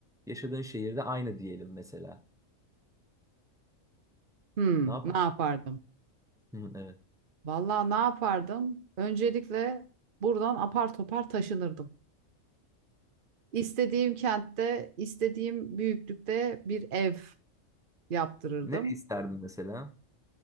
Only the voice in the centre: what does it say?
yaşadığın şehirde aynı diyelim mesela.
Ne yapar?
Hı, evet.
Ne isterdin mesela?